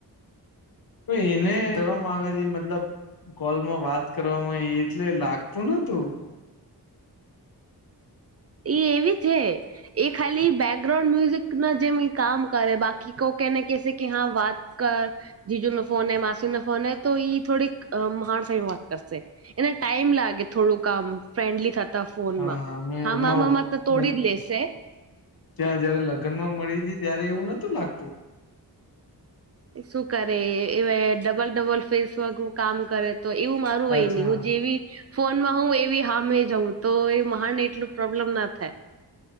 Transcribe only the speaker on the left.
તો એને શરમ આવેરી મતલબ. કોલમાં વાત કરવામાં એ એટલે લાગતું નોતું.
હા અમે
ઉમાં
ત્યાં જયારે લગ્ન માં મળી હતી ત્યારે એવું નતું લાગતું.
અચ્છા